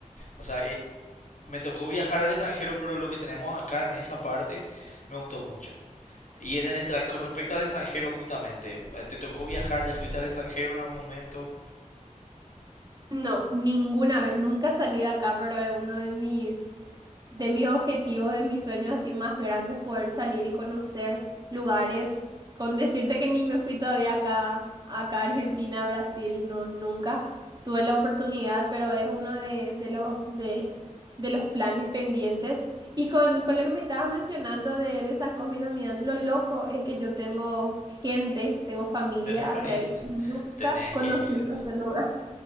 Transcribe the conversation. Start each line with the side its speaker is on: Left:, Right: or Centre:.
Left: O sea, eh, me tocó viajar al extranjero, pero lo que tenemos acá en esa parte me gustó mucho. Y en el extra- con respecto al extranjero, justamente, eh, te tocó viajar, ya fuiste al extranjero en algún momento,
Right: No, ninguna vez, nunca salí de acá, pero es uno de mis, de mis objetivos, de mis sueños así más grandes, poder salir y conocer lugares, con decirte que ni me fui todavía acá, acá a Argentina, a Brasil, no, nunca tuve la oportunidad, pero es uno de, de los, de, de los planes pendientes. Y con, con lo que me estabas mencionando de, de San Cosme y Damián, lo loco es que yo tengo gente, tengo familia
Left: tenés parientes,
Right: hacia ahí, nunca
Left: tenés
Right: conocí
Left: que ir.
Right: ese lugar.